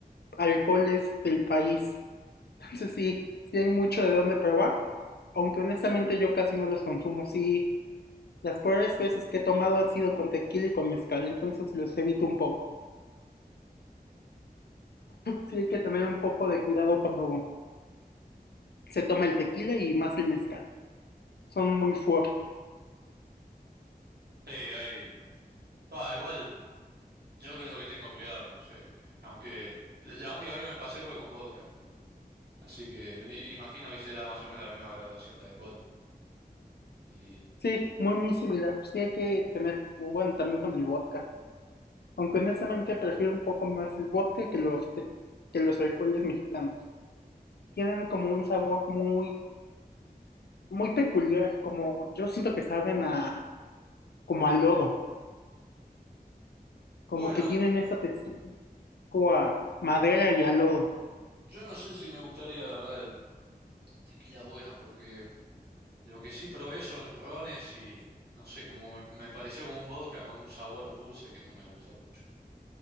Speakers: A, on the left (about 80°); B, on the right (about 80°).
A: alcoholes del país. <laughs> Entonces sí, sí hay mucho de dónde probar, aunque honestamente yo casi no los consumo, sí. Las peores veces que he tomado han sido con tequila y con mezcal, entonces los evito un poco. Sí hay que tener un poco de cuidado cuando se toma el tequila y más el mezcal. Son muy fuertes.
B: Sí, ahí. Va, igual, yo creo que tengo cuidado, no sé. eh, Aunque la única vez que me pasé fue con vodka, pero. Así que i- imagino que será más o menos la misma graduación de alcohol. Y
A: Sí, muy, muy similar. Sí hay que tener, bueno, también con el vodka. Aunque honestamente prefiero un poco más el vodka que los, te- que los alcoholes mexicanos. Tienen como un sabor muy, muy peculiar, como yo siento que saben a, como a lodo, como
B: bueno,
A: que tienen esa textura, como a madera y a lodo.
B: yo no sé si me gustaría, la verdad, el tequila bueno, porque. Lo que sí probé son rones y no sé, como me, me pareció como un vodka con un sabor dulce que no me gustó mucho.